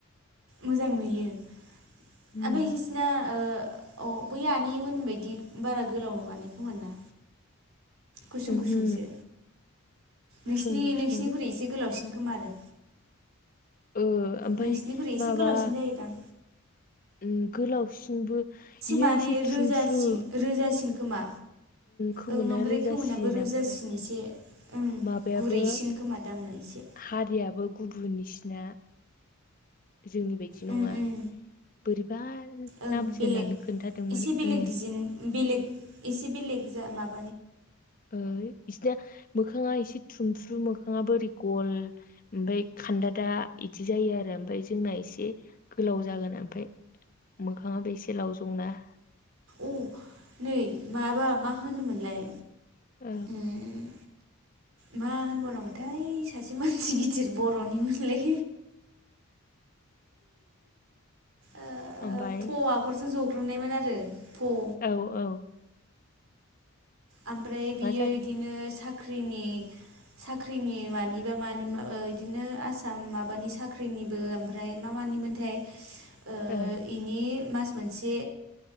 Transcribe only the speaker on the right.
मोजां नुयो। ओमफ्राय
इसिना ओ अ बै आनैमोन बायदि बारा गोलाव नङाने खोमा ना? गुसुं
गुसुंसो।
नोंसिनि
नोंसिनिख्रुइ इसे गोलावसिन खोमा आरो।
नोंसिनिख्रुइ एसे
गोलावसिन जायोदां
माने
रोजासिन
रोजासिन खोमा।
ओं ओमफ्राय
खोमोनाबो
रोजासिन
एसे ओं
गुरैसिन खोमा दांनो एसे।
ओं
ओं
ओं बेलेग
एसे बेलेग
डिजाइन बेलेग एसे बेलेग जा माब
ओ अ नै माबा मा होनोमोनलाय?
उम मा होनबावनांगौथाय सासे मानसि गिदिर बर'निमोनलै। ओ
फ आखरजों ज'ग्रोमनायमोन आरो फ <inaudible>
ओमफ्राय बियो
इदिनो साख्रिनि साख्रिनि मानिबा मानि ओ इदिनो आसाम माबानि साख्रिनिबो ओमफ्राय मा मा मानिमोनथाय। ओ
इनि मास मोनसे